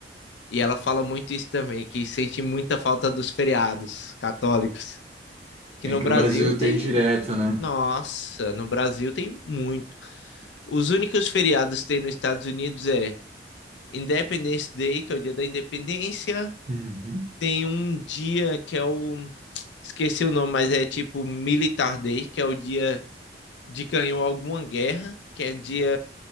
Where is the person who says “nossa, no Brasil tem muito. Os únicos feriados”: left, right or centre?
Left